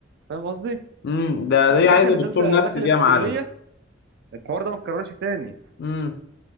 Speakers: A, on the right (about 60°); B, on the left (about 60°).
A: فاهم قصدي
B: امم ده دي عايزة
A: دخلت
B: دكتور
A: ثالثه
B: نفسي
A: دخلت
B: دي يا معلم
A: كليه الحوار ده ما اتكررش تاني
B: امم